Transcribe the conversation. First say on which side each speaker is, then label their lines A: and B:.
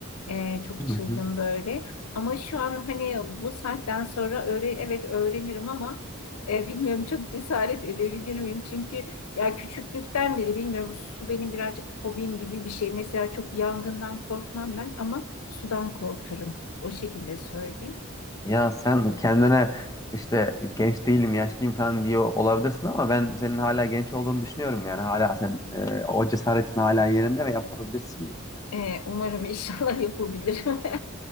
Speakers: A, on the left; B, on the left.
A: Ee, çok
B: Hı
A: çılgın
B: hı.
A: böyle. Ama şu an hani bu saatten sonra öğre evet öğrenirim ama e, bilmiyorum çok cesaret edebilir miyim? Çünkü ya küçüklükten beri bilmiyorum su benim birazcık fobim gibi bir şey. Mesela çok yangından korkmam ben ama sudan korkarım. O şekilde söyleyeyim.
B: Ya sen kendine işte genç değilim, yaşlıyım falan diyor olabilirsin ama ben senin hala genç olduğunu düşünüyorum yani. Hala sen e, o cesaretin hala yerinde ve yapabilirsin yani.
A: Ee, umarım inşallah <laughs> yapabilirim. <laughs>